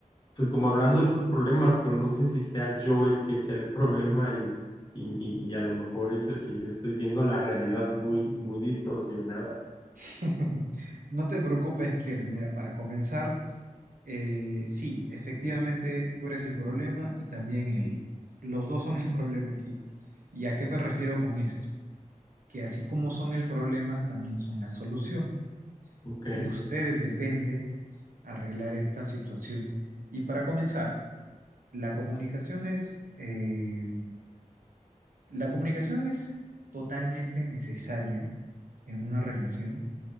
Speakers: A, on the left; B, on the right.
A: pues como hablando de estos problemas, pero no sé si sea yo el que sea el problema y, y, y y a lo mejor es el que yo estoy viendo la realidad muy, muy distorsionada.
B: <laughs> No te preocupes, Kirk. Mira, para comenzar, eh, sí, efectivamente tú eres el problema y también él. Los dos son el <laughs> problema aquí. ¿Y a qué me refiero con esto? Que así como son el problema, también son la solución.
A: Ok.
B: De ustedes depende arreglar esta situación. Y para comenzar, la comunicación es eh, La comunicación es totalmente necesaria en una relación